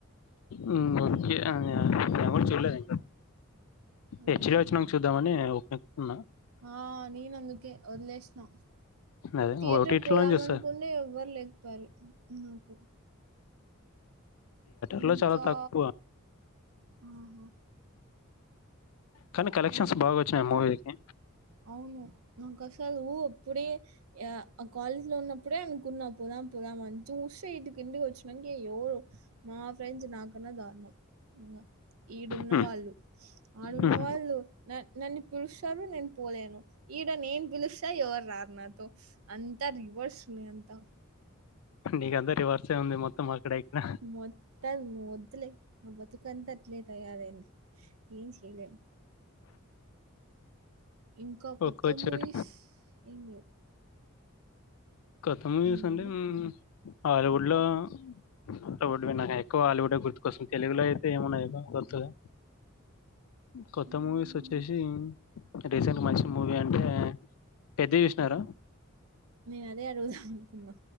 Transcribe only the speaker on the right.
ఆ
ఆ నేను అందుకే వదిలేసినా
థియేటర్
పోదామనుకుంటే
ఎవ్వరు లేకపోయారు నాకు
ఇంకా
ఆహా
ఇంకా
అవును నాకు అసలు అప్పుడే ఆ కాలేజ్ లో ఉన్నప్పుడే అనుకున్నా పోదామ్ పోదామ్ అని చుస్తే ఇటు ఇంటికి వచ్చ అయ్యో అయ్యో మా ఫ్రండ్స్ నాకున్న దారుణం ఇంగ ఈడున్నవాళ్ళు
ఆడున్న
వాళ్ళు నా నన్న పిలిస్తురు నేను పోలేను ఈడ నేన్ పిలుస్తా ఎవరు రార్ నాతో అంతా రివెర్సె ఉన్నయ్ అంత
మొత్తం వద్దులే నా బతుకంతా అట్లే తయారైంది ఏం చెయ్లెమ్ ఇంకా కొత్త
మూవీస్ ఎం లెవ్
ఏంటండి?
హ్మ్.
నేను అదే అడుగుదాం అనుకున్నా